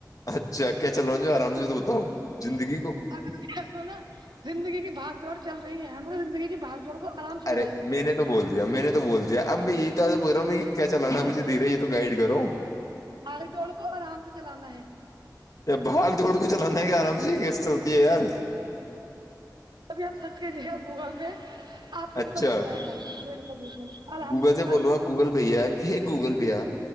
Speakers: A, on the left (about 50°); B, on the right (about 85°).
A: اچھا کیا چل رہا ہ ج آرام سے تو بتاؤ زندگی کو
B: آپ کہہے ہو نا زندگی کی بھاگ دڑ چل رہی ہے ہم زندگی کی بھاگ دوڑ کو آرام سے
A: ارے
B: چلائیے
A: میں نے محنت تو بول دیا میں نے تو بولیا اب میں یہ تھا پو رہا ہوں کیا چلانا مجھے دھیرے یہ تو گائڈ کرووں
B: باگ جوڑ کو آرام سے چلانا ہے
A: بھاگ دوڑ کو چلانا ہے کہ آرام سے یہ کیس چلتی ہے یار
B: ابھی آپ سرچ کیجیے گا گوگل پہ آپ کو
A: اچھا
B: پت لگ جائے گا بالکل بالکل الحمد
A: گوگل
B: للہ
A: سے بولو ہاں گوگل بھیا یہ گوگل بھیا